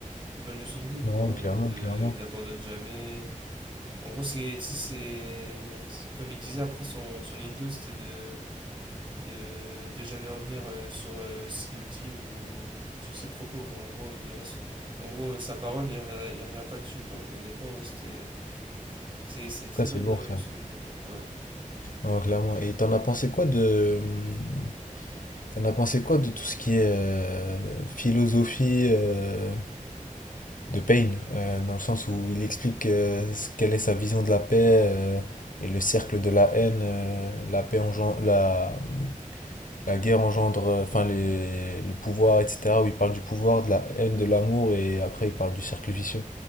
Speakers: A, on the right; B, on the left.
A: une bonne leçon de vie, quoi.
B: non, clairement,
A: En mode, euh,
B: clairement.
A: il n'abandonne jamais. En gros, c'est, c'est, c'est- comme il disait après son, son Indo, c'était de, de, de jamais revenir euh, sur euh, ce qu'il dit ou sur ses propos, quoi. En gros, il reste, en gros, euh, sa parole, il revient, il revient pas dessus, quoi. Et honnêtement, ouais, c'était, c'est, c'est une très
B: ça
A: bonne
B: c'est lourd
A: euh,
B: ça.
A: leçon de vie, ouais. Ouais.
B: Non, clairement. Et t'en as pensé quoi de. hmm, T'en as pensé quoi de tout ce qui est euh, philosophie euh, de Payne, euh, dans le sens où il explique euh, ce- quelle est sa vision de la paix euh, et le cercle de la haine, euh, la paix engendre, la, hmm, la guerre engendre, euh, enfin les- le pouvoir, etc. Où il parle du pouvoir, de la haine, de l'amour et après il parle du cercle vicieux.